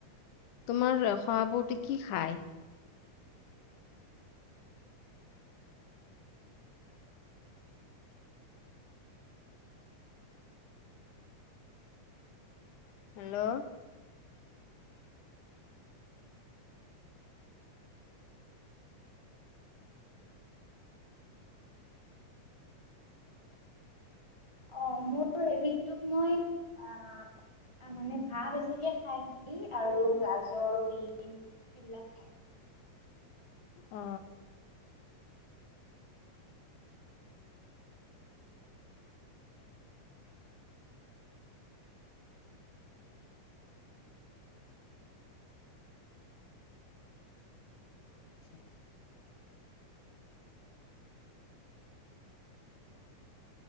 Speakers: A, on the left (about 75°); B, on the right (about 15°).
A: তোমাৰ শহাপহুটো কি খায় হেল্ল'
B: অ মোৰ ৰেবিদটোক মই আহ মানে ঘাঁহ বেছিকে খাই সি আৰু গাজৰ বিন সেইবিলাক খায়
A: অ
B: <unintelligible>
A: <unintelligible>